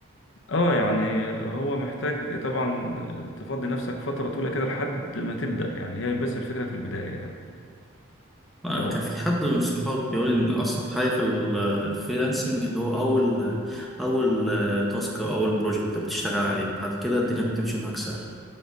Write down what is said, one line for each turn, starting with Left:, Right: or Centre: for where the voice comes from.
Left: اه يعني هو محتاج طبعا تفضي نفسك فترة طويلة كده لحد ما تبدأ يعني هي بس الفكرة في البداية يعني
Centre: آه،
Left: لو
Centre: كان في حد من صحابي بيقول ان اصعب حاجه في ال- الفريلانسنج اللي هو اول اول آه، تاسك او اول بروجكت بتشتغل عليه بعد كده الدنيا بتمشي معاك سهل